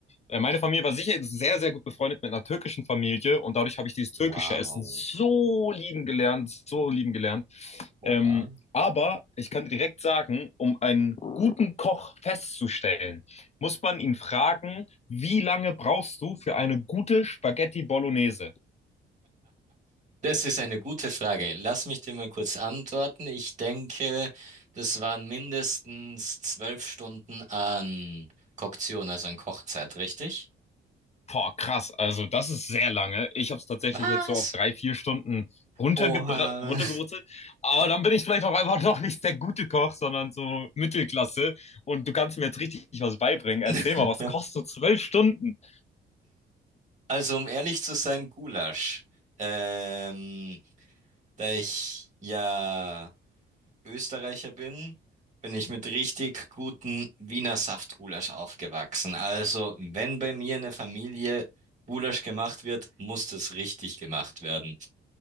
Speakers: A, on the left; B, on the right.
A: äh, meine Familie war sicher sehr, sehr gut befreundet mit einer türkischen Familie und dadurch habe ich dieses türkische
B: Wow.
A: Essen so lieben gelernt, so lieben gelernt.
B: Oha.
A: Ähm, aber ich kann dir direkt sagen, um einen guten Koch festzustellen, muss man ihn fragen, wie lange brauchst du für eine gute Spaghetti Bolognese?
B: Das ist eine gute Frage. Lass mich dir mal kurz antworten. Ich denke, das waren mindestens zwölf Stunden an Koktion, also an Kochzeit, richtig?
A: Boah, krass. Also das ist sehr lange. Ich habe es tatsächlich
B: Was?
A: jetzt so auf drei, vier Stunden runtergebra
B: Oha.
A: runtergebrutzelt. Aber dann bin ich vielleicht auch einfach <laughs> noch nicht der gute Koch, sondern so Mittelklasse. Und du kannst mir jetzt richtig was beibringen. Erzähl
B: <laughs>
A: mal, was kostet zwölf Stunden?
B: Also, um ehrlich zu sein, Gulasch. Ähm, da ich ja Österreicher bin, bin ich mit richtig guten Wiener Saftgulasch aufgewachsen. Also, wenn bei mir in der Familie Gulasch gemacht wird, muss das richtig gemacht werden.